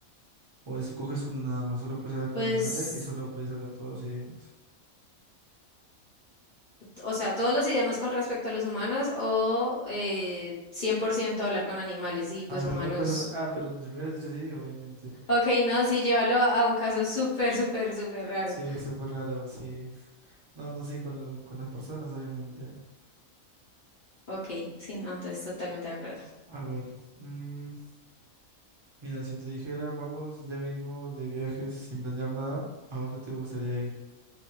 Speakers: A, on the right; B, on the left.
A: o escoges uno nada más? Solo puedes hablar con
B: Pues,
A: animales y solo puedes hablar todos los idiomas.
B: o sea, todos los idiomas con respecto a los humanos o eh, 100% hablar con animales y pues
A: Ah, o sea,
B: humanos.
A: no puedes hablar... Ah, pero si me hubieras dicho así, obviamente.
B: Ok, no, sí, llévalo a un caso súper, súper, súper raro.
A: Sí, es súper raro, sí. No, no, sí, con, lo- con las personas, obviamente.
B: Ok, sí, no, entonces totalmente de acuerdo.
A: A ver, mm, mira, si te dijera, vamos ya mismo de viajes sin planear nada, ¿a dónde te gustaría ir?